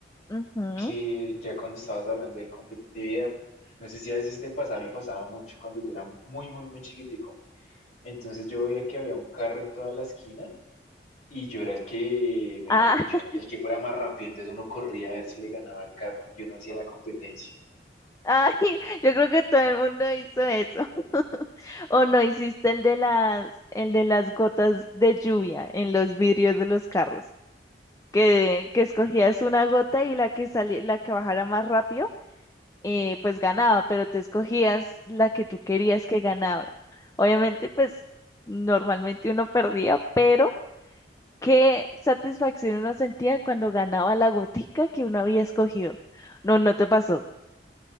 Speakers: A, on the left; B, on the left.
A: Ujú.
B: que ya cuando estabas hablando de competitividad, no sé si a veces te pasaba, me pasaba mucho cuando yo era muy, muy, muy chiquitico. Entonces yo veía que había un carro en toda la esquina y yo era el que, mejor
A: Ah,
B: dicho,
A: <laughs>
B: el que fuera más rápido. Entonces uno corría a ver si le ganaba al carro y uno hacía la competencia.
A: ay, yo creo que todo el mundo hizo eso. <laughs> O no hiciste el de las, el de las gotas de lluvia en los vidrios de los carros, que, que escogías una gota y la que salía, la que bajara más rápido eh, pues ganaba, pero tú escogías la que tú querías que ganara. Obviamente, pues normalmente uno perdía, pero qué satisfacción uno sentía cuando ganaba la gotica que uno había escogido. No, no te pasó.